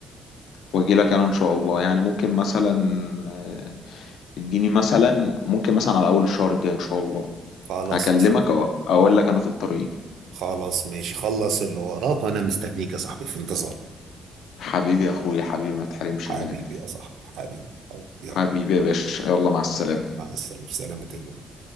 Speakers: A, on the left (about 70°); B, on the right (about 75°).
A: واجي لك انا ان شاء الله يعني ممكن مثلا آه، اديني مثلا ممكن مثلا على اول الشهر الجاي ان شاء الله
B: خلاص
A: هكلمك
B: يا صاحبي
A: أو اقول لك انا في الطريق
B: خلاص ماشي خلص اللي وراك وانا مستنيك يا صاحبي في انتظار
A: حبيبي يا اخويا حبيبي ما تحرمش
B: حبيبي
A: منك
B: يا صاحبي حبيبي حبيبي يلا
A: حبيبي يا باشا يلا مع السلامة
B: مع السلامة في سلامة الله